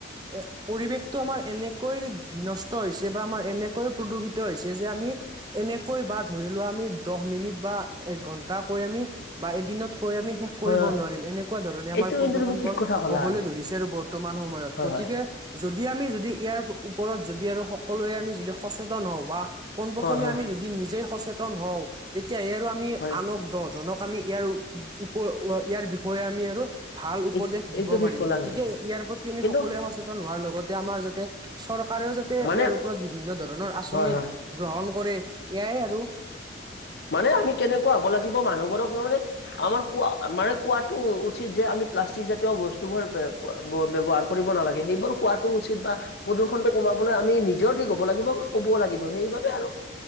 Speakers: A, on the right; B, on the left.
A: এ পৰিৱেশটো আমাৰ এনেকৈ বিনষ্ট হৈছে বা আমাৰ এনেকৈ প্ৰদূষিত হৈছে যে আমি এনেকৈ বা ধৰি লোৱা আমি দহ মিনিট বা এক ঘন্টাকৈ আমি বা এদিনত কৈ আমি শেষ কৰিব
B: হয় হয়
A: নোৱাৰিম এনেকুৱা ধৰণে আমাৰ
B: এইটো
A: প্ৰদূষণ
B: কিন্তু তুমি ঠিক
A: বোৰ
B: কথা ক'লা
A: হবলৈ ধৰিছে আৰু বৰ্তমান সময়ত
B: হয়
A: গতিকে
B: হয়
A: যদি আমি যদি ইয়াৰ ওপৰত যদি আৰু সকলোৱে আমি যদি সচেতন হওঁ বা পোনপ্ৰথমে
B: হয় হয়
A: আমি যদি নিজেই সচেতন হওঁ তেতিয়া সে আৰু আমি
B: হয়
A: আনক দহ জনক আমি ইয়াৰ উপ ইয়াৰ বিষয়ে আমি আৰু ভাল উপদেশ
B: এইটো
A: দিব
B: এইটো
A: পাৰিম
B: ঠিক ক'লা
A: গতিকে
B: কিন্তু
A: ইয়াৰ প্ৰতি আমি
B: কিন্তু
A: সকলোৱে সচেতন হোৱাৰ লগতে আমাৰ যাতে চৰকাৰেও যাতে
B: মানে
A: ইয়াৰ ওপৰত বিভিন্ন ধৰণৰ আঁচনি
B: হয় হয়
A: গ্ৰহণ কৰে এয়াই আৰু
B: মানে আমি কেনেকুৱা হ'ব লাগিব মানুহবোৰক মই মানে আমাৰ কোৱা মানে কোৱাটো উচিত যে আমি প্লাষ্টিক জাতীয় বস্তুবোৰ ব্যৱহাৰ কৰিব নালাগে সেইবোৰ কোৱাটো উচিত বা প্ৰদূষণটো কমাবলৈ আমি নিজেও ঠিক হ'ব লাগিব বা ক'বও লাগিব সেইবাবে আৰু